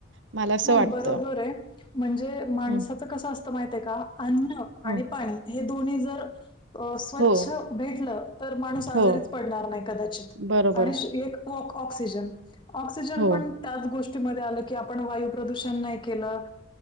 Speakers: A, on the right; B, on the left.
A: मला असं
B: नाही,
A: वाटतं.
B: बरोबर आहे. म्हणजे, माणसाचं
A: हं,
B: कसं असतं, माहित आहे का, अन्न
A: हं.
B: आणि पाणी, हे दोन्ही जर, अ स्वच्छ
A: हो,
B: भेटलं, तर माणूस आजारीच
A: हो.
B: पडणार नाही, कदाचित,
A: बरोबर.
B: आणि एक हो ऑक्सिजन, ऑक्सिजन
A: हो,
B: पण त्याच गोष्टीमध्ये आलं, की आपण वाय, प्रदूषण नाही केलं,